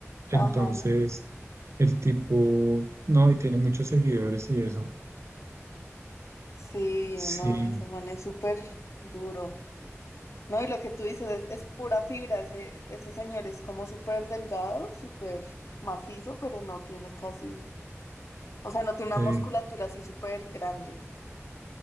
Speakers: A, on the right (about 65°); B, on the left (about 75°).
A: Entonces,
B: Ajá.
A: el tipo, no, y tiene muchos seguidores y eso.
B: Sí,
A: Sí.
B: no, ese man es súper duro. No, y lo que tú dices es, es pura fibra. Ese, ese señor es como súper delgado, súper macizo, pero no tiene casi, o sea, no tiene una
A: sí.
B: musculatura así súper grande.